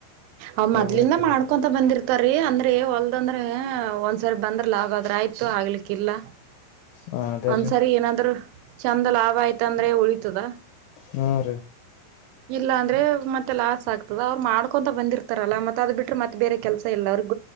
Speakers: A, on the right; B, on the left.
A: ಅವ್ ಮೊ್ಲಿಂದ
B: ಉಳಿತದ
A: ಮಾಡ್ಕೊಂತ ಬಂದಿರ್ತ ತಾರರಿ ಅಂದ್ರೆ ಹೊಲ್ದಂದ್ರೆ ಒಂದ್ಸರಿ ಬಂದ್ರ ಲಾಭದ್ರ ಆಯ್ತು ಆಗ್ಲಿಕ್ಕಿಲ್ಲ
B: ಹ ಅದೇರೀ
A: ಒಂದ್ಸರಿ ಏನಾದ್ರುೂ ಚಂದ ಲಾಭ ಆಯ್ತ ಅಂದ್ರೆ ಉಳಿತದ
B: ಹಾ ರೀ
A: ಇಲ್ಲ ಅಂದ್ರೆ ಮತ್ತೆಲ್ಲ ಆ ಆಗ್ತದ ಅವ್ ಮಾಡ್ಕೊಂತ ಬಂದಿರ್ತಾರಲ್ಲ ಮತ್ತೆ ಅದು ಬಿ್ರೆ ಮತ್ತೆ ಬೇರೆ ಕೆಲಸ ಇಲ್ಲ ಅವ್ರಿಗೆ